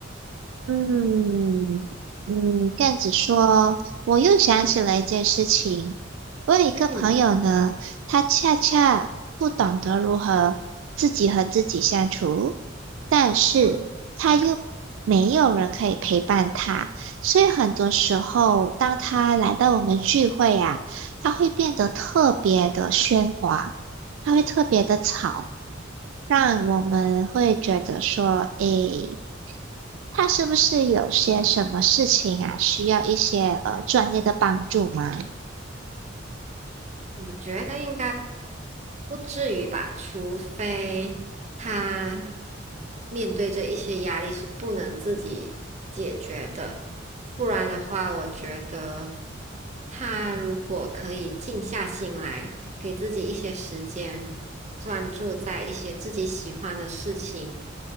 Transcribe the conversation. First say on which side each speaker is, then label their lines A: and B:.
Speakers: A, on the right; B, on the right.
A: 嗯嗯，这样子说，我又想起了一件事情。我有一个朋友呢，
B: 嗯
A: 他恰恰不懂得如何自己和自己相处，但是他又没有人可以陪伴他，
B: 嗯。
A: 所以很多时候，当他来到我们聚会啊，他会变得特别的喧哗，他会特别的吵。让我们会觉得说，诶，他是不是有些什么事情啊，需要一些呃专业的帮助吗？
B: 我觉得应该不至于吧，除非他面对着一些压力是不能自己解决的，不然的话，我觉得他如果可以静下心来，给自己一些时间，专注在一些自己喜欢的事情，